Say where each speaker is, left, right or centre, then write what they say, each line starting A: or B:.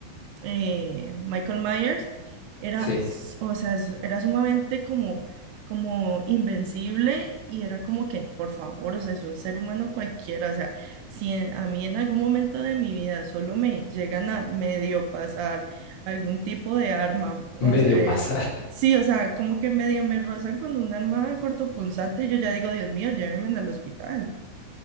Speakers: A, on the right; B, on the left.
A: eh, Michael Myers, era,
B: Sí,
A: s- o sea, s- era sumamente como, como invencible y era como que, por favor, o sea, es un ser humano cualquiera, o sea, si en- a mí en algún momento de mi vida solo me llegan a medio pasar algún tipo de arma, o
B: <laughs> medio
A: sea, eh,
B: pasa.
A: sí, o sea, como que medio me rozan con un arma cortopunzante, yo ya digo, Dios mío, llévenme al hospital.